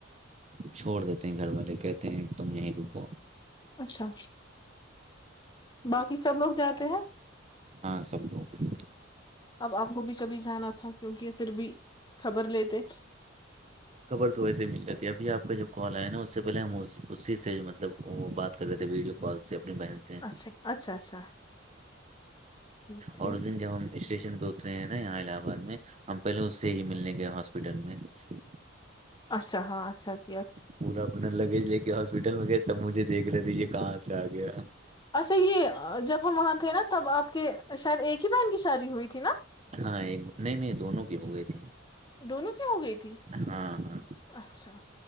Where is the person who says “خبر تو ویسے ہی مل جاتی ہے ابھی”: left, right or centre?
Right